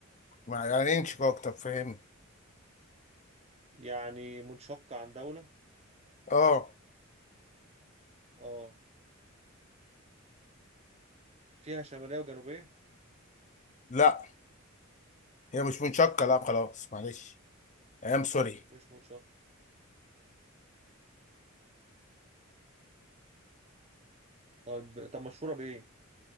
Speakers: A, on the left; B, on the right.
A: ما يعني انشك اكتر فاهمني
B: يعني منشقة عن دولة
A: اه
B: اه فيها شمالية وجنوبية
A: لا هي مش منشقة لا خلاص معلش ايام سوري
B: مش منشقة طب طب مشهورة بإيه؟